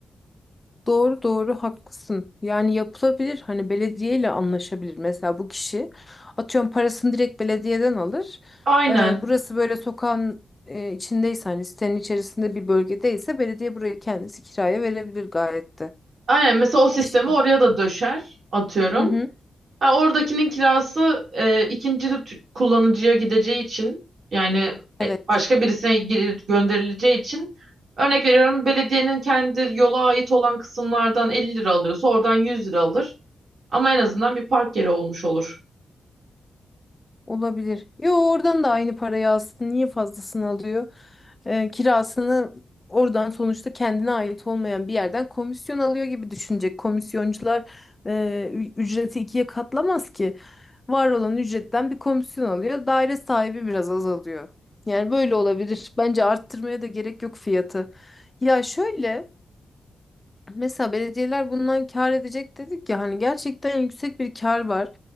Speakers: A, on the left; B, on the right.
A: Doğru doğru haklısın. Yani yapılabilir. Hani belediyeyle anlaşabilir. Mesela bu kişi atıyorum parasını direkt belediyeden alır.
B: Aynen.
A: Ee, burası böyle sokağın e, içindeyse hani sitenin içerisinde bir bölgedeyse belediye burayı kendisi kiraya verebilir gayet de.
B: Aynen mesela o sistemi
A: Kişi-
B: oraya da döşer atıyorum.
A: Hı hı.
B: Ha, oradakinin kirası e, ikinci tü- kullanıcıya gideceği için yani
A: Evet.
B: e, başka birisine gir- gönderileceği için örnek veriyorum belediyenin kendi yola ait olan kısımlardan 50 lira alıyorsa oradan 100 lira alır. Ama en azından bir park yeri olmuş olur.
A: Olabilir. Yo oradan da aynı parayı alsın. Niye fazlasını alıyor? Ee, kirasını oradan sonuçta kendine ait olmayan bir yerden komisyon alıyor gibi düşünecek. Komisyoncular e, ü- ücreti ikiye katlamaz ki. Var olan ücretten bir komisyon alıyor. Daire sahibi biraz azalıyor. Yani böyle olabilir. Bence arttırmaya da gerek yok fiyatı. Ya şöyle. Mesela belediyeler bundan kâr edecek dedik ya hani gerçekten yüksek bir kâr var.